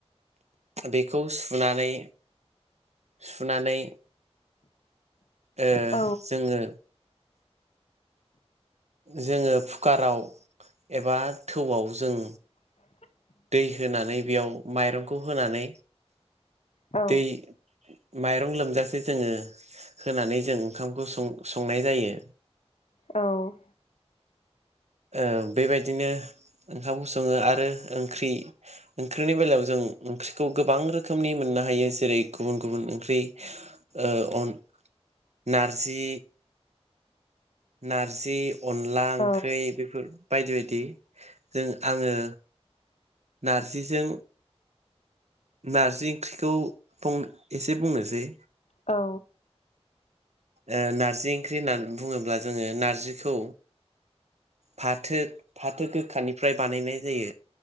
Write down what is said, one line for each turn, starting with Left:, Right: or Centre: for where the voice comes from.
Right: बेखौ सुनानै सुनानै ओ
Left: औ
Right: जोङो जोङो कुकाराव एबा थौआव जों
Left: <inaudible>
Right: दै होनानै बेयाव माइरंखौ होनानै
Left: औ
Right: दै माइरं लोमजासेै जोङो होनानै जों ओंखामखौ सं संनाय जायो।
Left: औ
Right: औ बेबायदिनो ओंखाम सङो आरो ओंख्रि ओंख्रिनि बेलायाव जों ओंख्रिखौ गोबां रोखोमनि मोन नो हायो जेरै गुबुन गुबुन ओंख्रि ओ अन नारजि नारजि अनला
Left: औ
Right: ओंख्रै बेफोर बायदि बायदि जों आङो नारजिजों नारजि ओंख्रिखौं बुं एसे बुंनोसै
Left: औ
Right: ओ नार्जि ओंख्रि होननानै बुङोब्ला जोङो नारजिखौ फाथो फाथो गोखानिफ्राय बानायनाय जायो